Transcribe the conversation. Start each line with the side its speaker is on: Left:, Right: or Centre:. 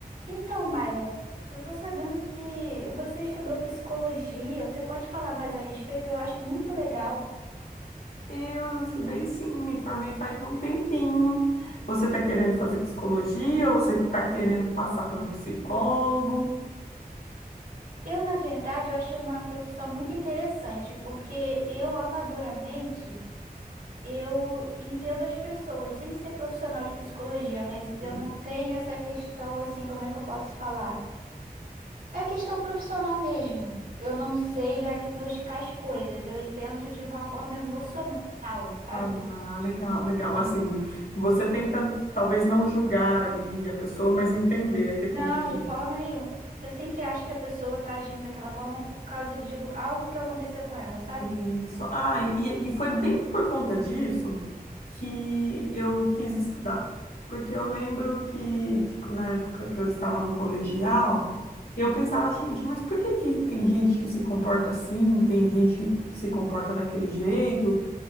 Right: Então, Maila, eu tô sabendo que você estudou psicologia. Você pode falar mais a respeito? Eu acho muito legal.
Left: Eu estudei sim, me formei faz um tempinho. Você está querendo fazer psicologia? Você está querendo passar por um psicólogo?
Right: Eu, na verdade, eu acho uma profissão muito interessante, porque eu, amadoramente, eu entendo as pessoas, sem ser profissional de psicologia, mas eu
Left: Sim.
Right: não tenho essa questão, assim, como é que eu posso falar? É questão profissional mesmo. Eu não sei diagnosticar as coisas, eu entendo de uma forma emocional, sabe?
Left: Ah, legal, legal. Assim, você tenta talvez não julgar ali a pessoa, mas entender aquele
Right: Não,
Left: comportamento.
Right: de forma nenhuma. Eu sempre acho que a pessoa tá agindo daquela forma por causa de o- algo que aconteceu com ela, sabe?
Left: Isso. Ah, e, e foi bem por conta disso que eu quis estudar. Porque eu lembro que, tipo, na época que eu estava no colegial, eu pensava, gente, mas por que que tem gente que se comporta assim, tem gente que se comporta daquele jeito?